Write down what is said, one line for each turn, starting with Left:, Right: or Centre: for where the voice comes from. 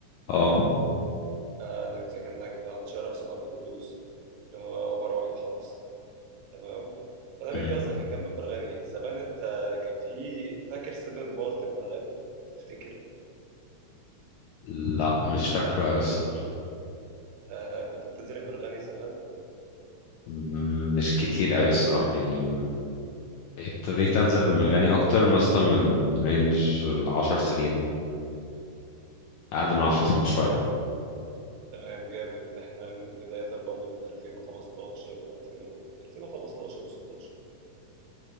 Left: اه
Right: آه، أنا كنت ساكن هناك في- عند شارع سيدنا عبد القدوس اللي هو مرة واحد حرس تمام فأنا بيتي
Left: مم.
Right: أصلا كان جنب المرغني زمان أنت كان في فاكر سيفن مارت المرغني تفتكر
Left: لا مش فاكره أوي الصراحة
Right: آه كنت بتنزل المرغني زمان
Left: مم، مش كتير أوي الصراحة يعني م- ابتديت أنزل المرغني أكتر مثلا من رينج العشر سنين أقل من عشر
Right: جامد
Left: سنين بشوية
Right: تمام جامد احنا من بداية برضه من 2015 2000 2015 و16